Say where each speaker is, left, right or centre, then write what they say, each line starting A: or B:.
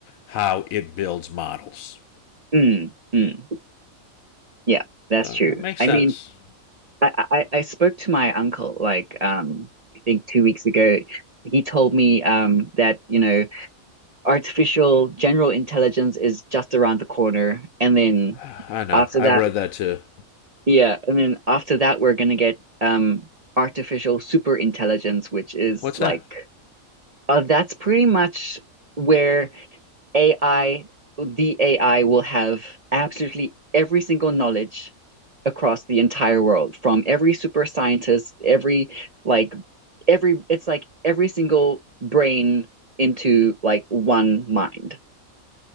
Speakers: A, on the left; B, on the right.
A: how it builds models.
B: mm, mm, yeah, that's
A: So
B: true.
A: that makes
B: I
A: sense.
B: mean, I, I, I spoke to my uncle like um I think two weeks ago. He told me um that, you know, artificial general intelligence is just around the corner, and then
A: I know.
B: after
A: I've
B: that,
A: read that too.
B: Yeah, and then after that, we're gonna get um artificial super intelligence, which is
A: What's
B: like
A: that?
B: uh, that's pretty much where AI, the AI will have absolutely every single knowledge across the entire world, from every super scientist, every like every it's like every single brain into like one mind.